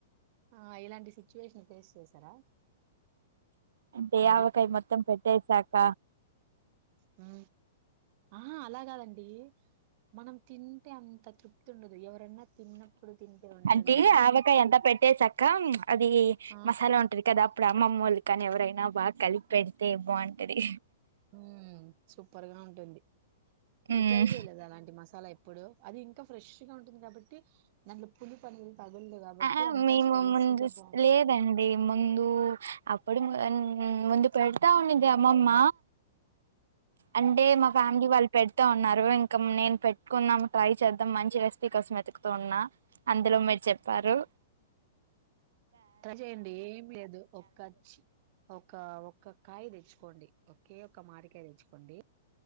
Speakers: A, on the right; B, on the right.
A: ఆ ఇలాంటి సిచ్యువేషన్ ఫేస్ చేసారా
B: అంటే
A: మీరు
B: ఆవకాయ మొత్తం పెట్టే శాక
A: హ అ ఆ అలాగాదండి మనం తిన్ అంత తృప్తి ఉండదు ఎవరన్నా తిన్నప్పుడు తింటే ఉంటుంది
B: అంటే ఆవకాయ అంతా పెట్టే సాకా అది
A: ఆ
B: మసాలా ఉంటది కదా అప్పుడు అమ్మమ్మోలు కానీ ఎవరైనా బాగా కలిపి పెడితే బాగుంటది
A: ఉ సూపర్గా ఉంటుంది మీరు
B: మ్మ్
A: ట్రై చేయలేదా అలాంటి మసాలా ఎ ఇప్పుడు అది ఇంకా ఫ్రెష్గా ఉంటుంది కాబట్టి దాంట్లో పులుపు అనేది తగలదు కాబట్టి
B: ఆఅ
A: అంతా
B: మేము
A: స్పైసీగా
B: ముందు సు
A: బాగుంటుంది
B: లేదండి ముందు అప్పుడు ము ముందు పెడతా ఉండింది అమ్మమ్మ అంటే మా ఫ్యామిలీ వాళ్ళు పెడతా ఉన్నారు ఇంకా నేను పెట్టుకున్నాము ట్రై చేద్దాం మంచి రెసిపీ కోసం వెతుకుతూ ఉన్నా అందులో మీరు చెప్ పరు
A: త చేయండి ఏం లేదు ఒకచ్చి ఒక ఒక కాయ తెచ్చుకోండి ఒకే ఒక మాడికాయ తెచ్చు కొండి